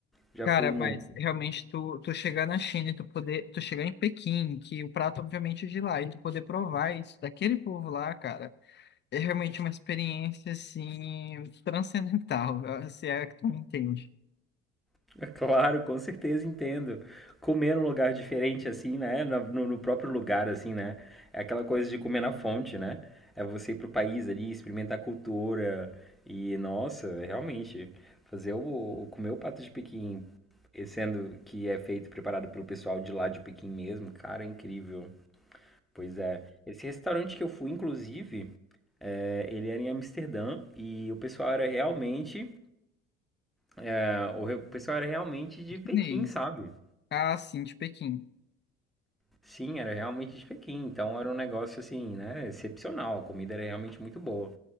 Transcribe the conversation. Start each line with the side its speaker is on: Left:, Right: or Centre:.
Centre: Já
Left: Cara,
Centre: fui
Left: mas
Centre: muito.
Left: realmente tu, tu chegar na China e tu poder, tu chegar em Pequim, que o prato obviamente é de lá, e tu poder provar isso daquele povo lá, cara, é realmente uma experiência assim transcendental, <laughs> se é que tu me entende.
Centre: <laughs> Claro, com certeza entendo. Comer num lugar diferente, assim, né? na- No, no próprio lugar, assim, né? É aquela coisa de comer na fonte, né? É você ir pro país ali, experimentar a cultura. E, nossa, realmente, fazer o, o- comer o pato de Pequim, e sendo que é feito, preparado pelo pessoal de lá de Pequim mesmo, cara, é incrível. Pois é. Esse restaurante que eu fui, inclusive, é, ele era em Amsterdã e o pessoal era realmente, é, o re- o pessoal era realmente de
Left: Chinês.
Centre: Pequim, sabe?
Left: Ah, sim, de Pequim.
Centre: Sim, era realmente de Pequim, então era um negócio assim, né, excepcional. A comida era realmente muito boa.